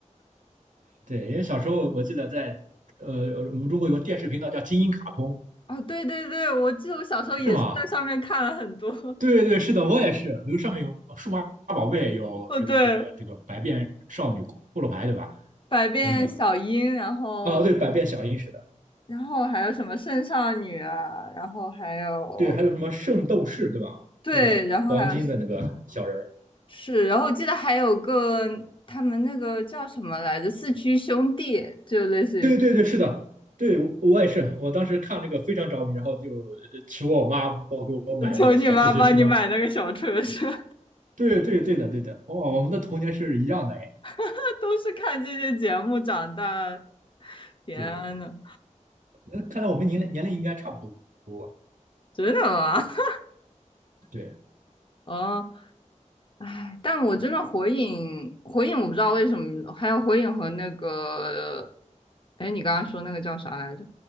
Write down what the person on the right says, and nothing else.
对，因为小时候我记得在呃我们中国有个电视频道叫金鹰卡通，
是吗？
对对是的，我也是，比如上面有数码宝贝，有这个这个这个百变少女骷髅牌，
对吧？
等等，
啊，对，百变小樱是。的。
对，还有什么圣斗士，对吧？
那个黄金的那个小人儿，
对对对，是的，对我我也是，我当时看这个非常着迷，然后就呃求我妈帮给我买那个小四驱车。
对对对的对的，哇，我们的童年是一样的哎。
对对，那看来我们年龄年龄应该差不多。
对，